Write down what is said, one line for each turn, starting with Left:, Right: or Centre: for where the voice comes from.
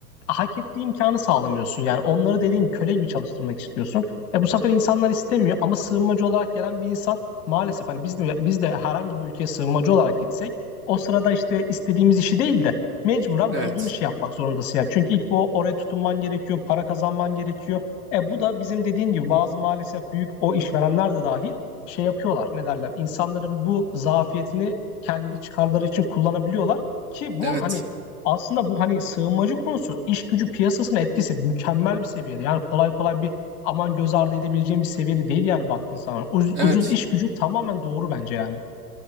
Left: hak ettiği imkanı sağlamıyorsun. Yani onları dediğin köle gibi çalıştırmak istiyorsun. E, bu sefer insanlar istemiyor ama sığınmacı olarak gelen bir insan maalesef hani biz de, biz de herhangi bir ülkeye sığınmacı olarak gitsek o sırada işte istediğimiz işi değil de mecburen
Right: Evet.
Left: bulduğun işi yapmak zorundasın. Yani çünkü ilk bu oraya tutunman gerekiyor, para kazanman gerekiyor. E bu da bizim dediğin gibi bazı maalesef büyük o işverenler de dahil şey yapıyorlar. Ne derler? İnsanların bu zafiyetini kendi çıkarları için kullanabiliyorlar ki bu
Right: Evet.
Left: hani aslında bu hani sığınmacı konusu iş gücü piyasasına etkisi mükemmel bir seviyede. Yani kolay kolay bir aman göz ardı edebileceğim bir seviyede değil yani baktın sana. Ucuz,
Right: Evet.
Left: ucuz iş gücü tamamen doğru bence yani.